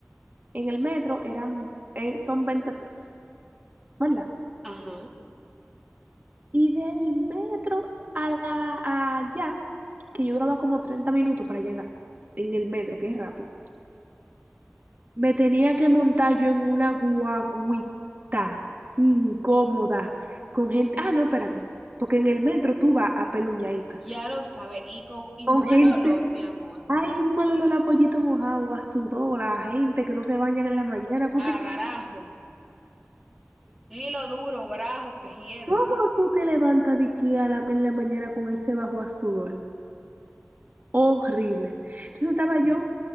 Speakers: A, on the right (about 40°); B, in the centre.
A: En el metro eran, eh, son 20 pesos, ¿verdad?
B: Ajá.
A: Y del metro a la, a allá, que yo duraba como 30 minutos para llegar en el metro, que es rápido. Me tenía que montar yo en una guaguita incómoda con gente. Ah, no, espérate. Porque en el metro tú vas apeluñadito así.
B: Ya lo sabe. Y con y
A: Con
B: un mal
A: gente.
B: olor, mi amor,
A: Hay un mal olor a pollito mojado, a sudor, a gente que no se bañan en la mañana. Porque,
B: a garajo. Hilo duro, grajo que hiede.
A: ¿cómo tú te levantas de aquí a la- en la mañana con ese bajo a sudor? Horrible. Entonces estaba yo